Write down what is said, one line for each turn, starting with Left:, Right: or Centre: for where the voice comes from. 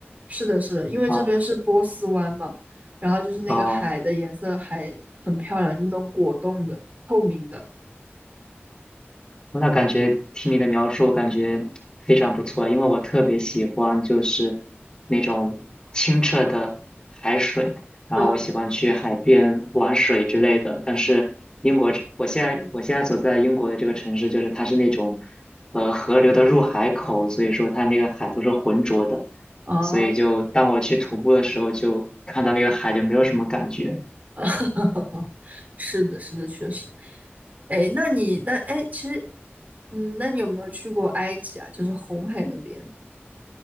Right: 是的，是的，因为这边是波斯湾嘛，
Left: 哦
Right: 然后就是那个海的颜色还很漂亮，
Left: 哦
Right: 就是那种果冻的、透明的。
Left: 那感觉听你的描述，感觉非常不错，因为我特别喜欢就是那种清澈的海水，然后我喜欢去海边玩水之类的。
Right: 嗯，
Left: 但是英国这我现在我现在所在的英国的这个城市，就是它是那种呃河流的入海口，所以说它那个海都是浑浊的，
Right: 哦、
Left: 所以就当我去徒步的时候，就看到那个海就没有什么感觉。
Right: <laughs> 是的，是的，确实。哎，那你那哎，其实，嗯，那你有没有去过埃及啊？就是红海那边。